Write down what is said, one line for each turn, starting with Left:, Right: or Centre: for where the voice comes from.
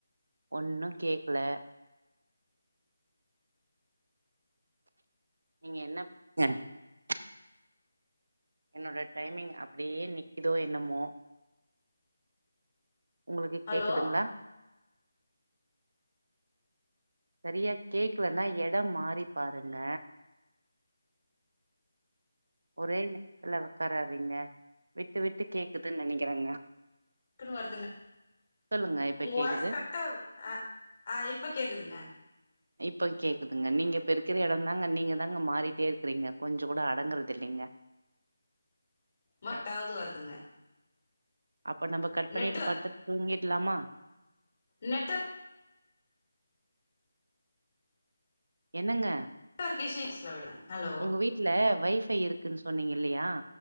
Right: ஒன்னு கேக்கல நீங்க என்ன <unintelligible> என்னோட டைமிங் அப்டியே நிக்குதோ என்னமோ உங்களுக்கு
Left: ஹலோ
Right: கேக்குதுங்ளா சரியா கேக்கலனா இடம் மாறி பாருங்க ஒரே எடத்துல உக்கார சரிங்க விட்டு விட்டு கேக்குதுன்னு நெனைக்கிறேங்க
Left: க்குன்னு வருதுங்க
Right: சொல்லுங்க இப்ப
Left: உங்க
Right: கேக்குது
Left: வாய்ஸ் கட்டாகுது அ ஆ இப்ப கேக்குதுங்க
Right: இப்ப கேக்குதுங்க நீங்க இப்ப இருக்கிற இடம் தாங்க நீங்க தாங்க மாறிட்டே இருக்குறீங்க கொஞ்சம் கூட அடங்குறது இல்லிங்க
Left: மட்டாவது வருதுங்க
Right: அப்ப நம்ம கட் பண்ணிட்டு
Left: நெட்டு
Right: படுத்துட்டு தூங்கிட் இல்லாமா
Left: நெட்வொ
Right: என்னங்க
Left: <unintelligible> விட ஹலோ
Right: உங்க வீட்ல வைஃபை இருக்குன்னு சொன்னீங்க இல்லையா